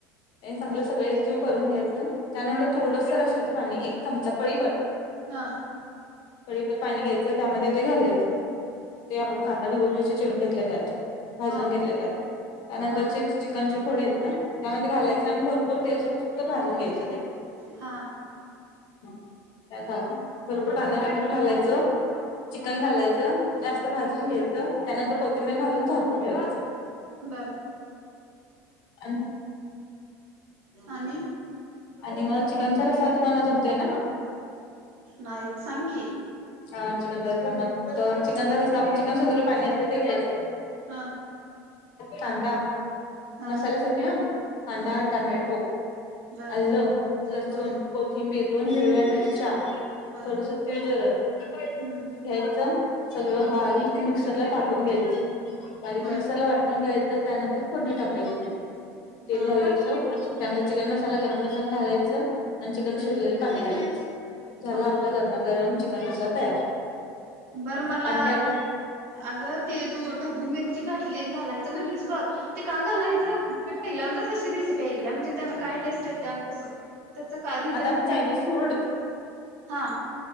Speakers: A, on the left; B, on the right.
A: चांगलं
B: बर
A: सगळ एकजीव करून घ्यायचं. त्यानंतर थोडस रशाचं पाणी एक चमचा पळी भर-
B: हा
A: पळीप पाणी घ्यायचं. त्यामध्ये ते घालायचं ते 'आपण
B: हा
A: कांदा, ढबूळ मिरची चिरून घेतल्या त्यात भाजून
B: हा
A: घेतले जात त्यानंतर
B: हा
A: च चिकनची फोडे आहेत. ना त्यामध्ये घालायचं. आणि भरपूर तेल सुटत सुटं भाजून घ्यायचं ते
B: हा
A: त्या भरपूर कांदा टोमॅटो टाकून घालायचं चिकन घालायचं जास्त- भाजून घ्यायचं. त्यानंतर कोथिंबरालून झाकून ठेवायचं.
B: बर
A: अन
B: आणि
A: आणि मग चिकनचा रसा तुम्हाला जमतोय ना?
B: नाही सांग की!
A: हा चिकनचा रस्सा मग तर चिकनचा रस्सा आपण चिकन शिजवलेलं पाणी असते ते घ्यायचं-
B: हा
A: कांदा
B: हा
A: मसालासाठी ह कांदा,
B: हम्म
A: टमॅटो,
B: बर
A: आलं, लसूण,
B: हा
A: कोथिंबीर, दोन हिरव्या मिरच्या
B: बर
A: थोडस तिळ, जिर घ्यायचं,
B: हम्म
A: सगळं भारीक मिक्सरला पाटून घ्यायचं. बारीक
B: बर
A: मिक्सरला वाटून घ्यायचं त्यानंतर फोडणी टाकायची त्याची, तेल
B: हा
A: घालायचं. त्यानंतर चिकन मसाला गरम मसाला घालायच आणि चिकन शिजलेलं पाणी घालायचं. झाला
B: हा
A: आपला
B: हा
A: गरमा-गरम
B: हा
A: चिकन रस्सा तयार.
B: बरं मला.
A: आणि काय कर
B: अगं ते तू ढबू मिरची घातली, घालायचं म्हणलीस बघ ते का घालायच, मी पहिल्यांदाच अशी रेसिपी ऐकल्या म्हणजे त्यांना काय टेस्ट येत्या कस त्याच काय रिजन
A: आता आपण
B: काय?
A: चायनीज फूड
B: हा.